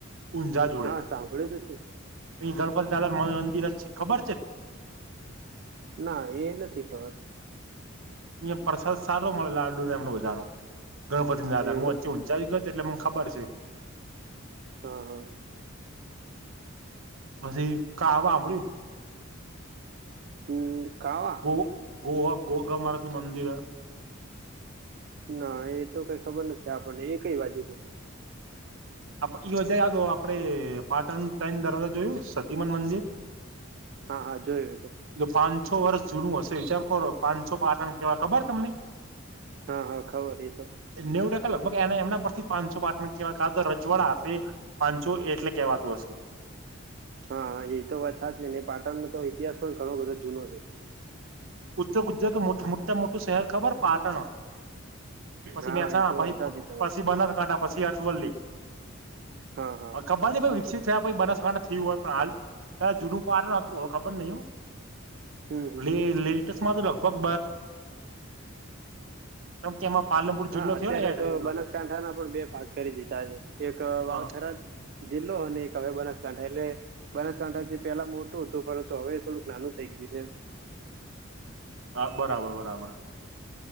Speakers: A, on the right; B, on the right.
A: ઊંઝા જોડે
B: હા સાંભળ્યું તો છે
A: અ ગણપતિ ડાર મ મંદિર જ છે ખબર છે
B: ના એ નથી ખબર
A: અયા પ્રસાદ સારો મળે લાડુ નેમને બજાનો ગણપતિ ના આધારું
B: એવું
A: વચ્ચી જઈ ગત એટલે મને ખબર છે
B: હા હા
A: પછી ઘા વાભળ્યું
B: હમ કાવા
A: ગ ગોવા ગોગા મહારાજ નું મંદિર હ
B: ના એ તો કઈ ખબર નથી આપણને એ કઈ બાજુ છે
A: <unintelligible> આપડે પાટણ ત્રણ દરવાજા જોયું સતીમાન મંદિર
B: હા હા જોયું એતો
A: પાંછો વર્ષ જૂનું હશે વિચાર કરો પાંછો પાટણ કેવાય ખબર તમને
B: હા હા ખબર એ તો
A: નેવ ટકા લગભગ એના એમના પરથી પાંસો વાટણ કેવા કા ર જવાળ હશે પાંચસો એટલે કેવાતું હશે
B: હા એ તો વાત સાચ છે ને પાટણનો તો ઇતિહાસ પણ ઘણો બધો જૂનો છે
A: ઉત્ ગુજરાત મોટા મોટું શહેર ખબર પાટણ પછી
B: હા
A: મેસા
B: એ તો
A: પછી
B: વાત સાચી તમારે
A: પછી બંધ જ કાંટા. પછી આથવલ્લી
B: હા હા
A: <unintelligible> વિકસિત બનાસકાથા થયું હોય પણ હાલ જુનું પાર ન હતું હવે ખબર નય હો
B: હમ હમ
A: લ લેટેસમાં તો લગભગ <unintelligible> <unintelligible>
B: હા અત્યારે
A: ને એડ
B: તો
A: એટલે
B: બનાસકાંઠા ના પણ બે ભાગ કરી દીધા છે એક
A: હા
B: વાવ થરાદ જિલ્લો અને એક હવે બનાસકાંઠા એટલે બનાસકાંઠા જે પેલા મોટું હતું પરંતુ હવે થોડુંક નાનું થઇ ગયું છે.
A: હા બરાબર બરાબર